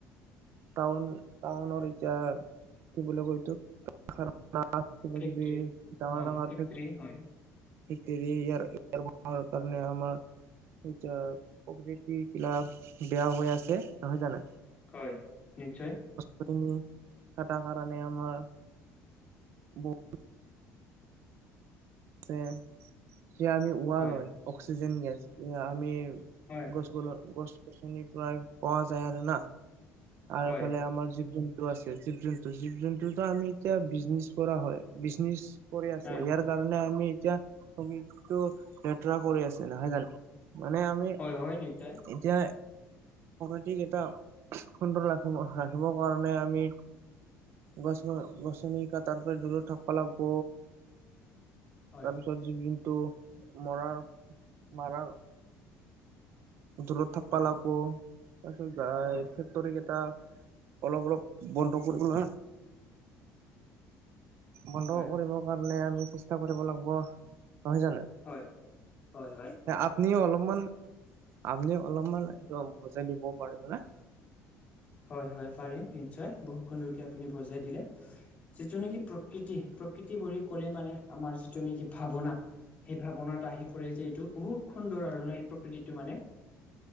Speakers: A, on the right; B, on the left.
A: তাহুন তহুনৰ এতিয়া কি বুলি কয় এইটো? না,
B: ফেক্টৰী
A: কিবি ডাঙৰ ডাঙৰ
B: <unintelligible> হয়।
A: <unintelligible> ই ইয়াৰ কাৰণে আমাৰ এতিয়া প্ৰকৃতি বিলাক বেয়া হৈ আছে, নহয় জান?
B: হয় নিশ্চয়।
A: সেইখিনি কাটা কাৰণে আমাৰ বহুত যে সেয়া আমি উহা
B: হয়,
A: লয় অক্সিজেন গেছ সেয়া আমি
B: হয়,
A: গছবোৰৰ গছ-গছনিৰ পৰায় পোৱা যায় আৰু না। আৰু
B: হয়,
A: ইফালে আমাৰ জীৱ-জন্তু আছে জীৱ জন্তু জীৱ জন্তুটো আমি এতিয়া বিজনেচ কৰা হয়। বিজনেচ কৰি আছে
B: হয়,
A: ইয়াৰ কাৰণে আমি এতিয়া <unintelligible> টো লেতেৰা কৰি আছে, নহয় জানো? মানে আমি এতিয়া
B: হয়, হয়, নিশ্চয়
A: <unintelligible> কেটা সুন্দৰ ৰাখিব ৰাখিবৰ কাৰণে আমি গছ-গছনি কাটাৰ পৰা দূৰত থাকবা লাগব।
B: হয়,
A: তাৰপিছত জীৱ-জন্তু মৰাৰ মাৰাৰ দূৰত থাকপা
B: হয়,
A: লাগব, তাৰ পিছত গা
B: হয়,
A: ফেক্টৰী কেইটা অলপ অলপ বন্ধ কৰিব লা বন্ধ
B: হয়,
A: কৰিব কাৰণে নে আমি চেষ্টা কৰিব লাগিব। নহয় জানো
B: হয় হয় হয়
A: আপনিও অলপ অলমান আপুনি অলপমান এইটো বুজাই দিব পাৰিব নে?
B: হয় হয় পাৰিম নিশ্চয়, বহু খনলৈকে আপুনি বজাই দিলে, যিটো নেকি প্ৰ প্ৰকৃতি, প্ৰকৃতি বুলি ক'লে মানে আমাৰ যিটো নেকি ভাৱনা, সেই ভাৱনাত আহি পৰে যে এইটো বহুত সুন্দৰ আৰু ন' এই প্ৰকৃতিটো মানে।